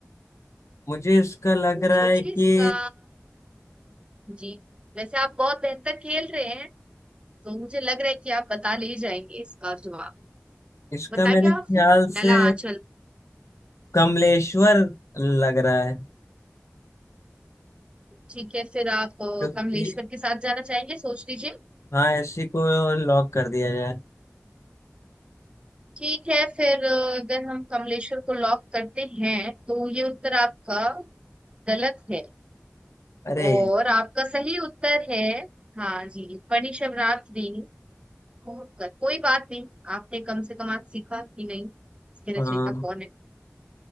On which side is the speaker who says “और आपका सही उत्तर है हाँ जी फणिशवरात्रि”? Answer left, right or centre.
Right